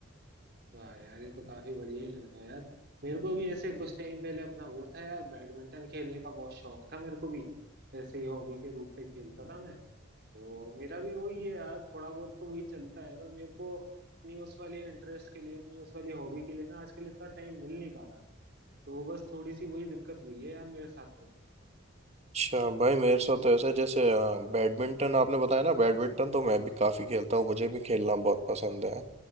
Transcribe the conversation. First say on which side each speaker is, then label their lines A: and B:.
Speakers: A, on the right; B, on the right.
A: वाह यार ये तो काफी बढ़िया ही लग रहा है यार मेरे को भी ऐसे कुछ टाइम पहले अपना वो था यार बैडमिंटन खेलने का बहुत शौक था मेरे को भी ऐसे ही हॉबी के रूप में खेलता था मैं तो मेरा भी वही है यार थोड़ा बहुत तो वही चलता है पर मेरे को अपनी उस वाली इंटरेस्ट के लिए अपनी उस वाली हॉबी के लिए ना आजकल इतना टाइम मिल नहीं पा रहा तो बस थोड़ी सी वही दिक्कत हुई है यार मेरे साथ तो
B: अच्छा भाई मेरे साथ तो ऐसा है, जैसे अ, बैडमिंटन आपने बताया ना बैडमिंटन तो मैं भी काफी खेलता हूँ मुझे भी खेलना बहुत पसंद है